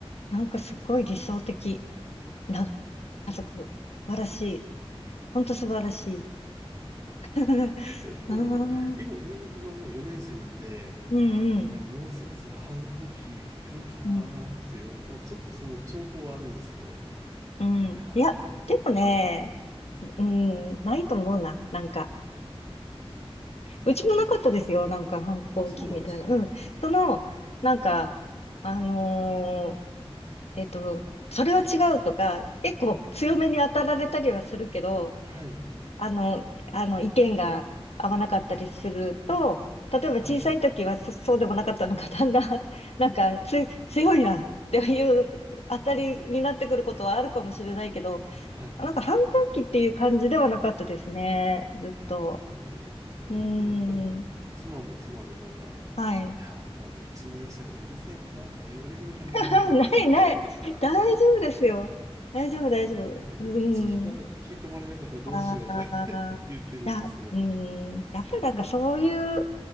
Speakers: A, on the left; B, on the right.
A: なんかすごい理想的な家族。素晴らしい。ほんと素晴らしい。<laughs>
B: いやただ、
A: ああ、うん
B: あの、今上の子がもう4年生なんで、
A: うん、
B: いや、もうそろそろ反抗期来るかなーっていう、
A: うん、
B: まあちょっとその兆候はあるんですけど、
A: うん。
B: いやー、
A: いや、でもね、うん、ないと思うな、なんか。うちもなかったですよ、なんか反抗期みたいな。
B: あ、そうなんですか。
A: うん。その、なんか、あのーえっと、それは違うとか、結構強めに当たられたりはするけど、
B: はい、
A: あの、あの、意見が合わなかったりすると、例えば小さい時はそ、
B: はい、
A: そうでもなかったのが、だんだん、<laughs> なんかつ、強いなっていう当たりになってくることはあるかもしれないけど、
B: はい。
A: なんか反抗期っていう感じではなかったですね、ずっと。
B: えー、
A: うー
B: いや、なんかあの、
A: ん、
B: 妻も妻でなんか、
A: はい。
B: いやー、もうあと1年したらうるせえババアとか言われるのかなーみたいなことを言ってたりとか、
A: <laughs> ないない。<laughs> 大丈夫ですよ。大丈夫、大丈夫。うーん。
B: いやなんか口聞か、聞いてもらえなかったらどうしようとか
A: ああ、
B: <laughs> 言ってるんですけど、
A: な、うん、やっぱりなんかそういう、